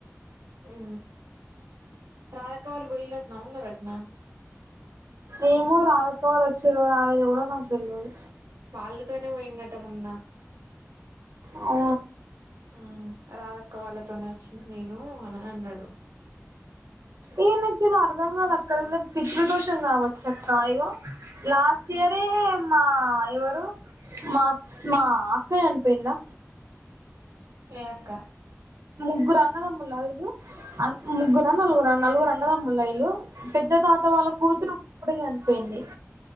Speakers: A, on the right; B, on the right.
A: ఉ రాధక్క వాళ్ళు పోయినరటన ఉన్నరటన
B: ఏమో రాధ అక్క వాళ్లు వచ్చిందో రాలేదు కూడా నాకు తెల్లదు
A: వాళ్ళతోనే పోయిండట మోన్నా
B: ఆ
A: ఉ రాదక్క వాళ్ళతోనే వచ్చిన నేను అని అన్నాడు
B: ఏ నాకి అర్ధాం కాలే అక్కడ వాళ్లకు పితృ దోషం కావచ్చ అక్క ఈగో లాస్ట్ ఇయరే మా ఎవరు మా మా అక్క చనిపోయిందా
A: దక్క
B: ముగ్గురు అన్నదమ్ముల ఇలు ముగ్గురా నలుగురు నలుగురు అన్నదమ్ముల ఇలు పెద్ద తాత వాళ్ళ కూతురు ఇప్పుడేచనిపోయింది